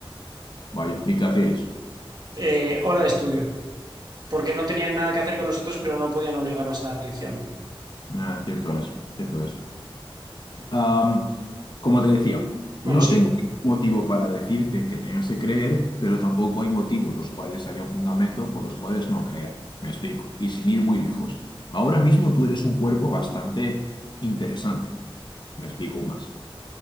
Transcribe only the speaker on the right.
Eh, hora de estudio, porque no tenían nada que hacer con nosotros, pero no podían obligarnos a la religión.
Bueno,
sí,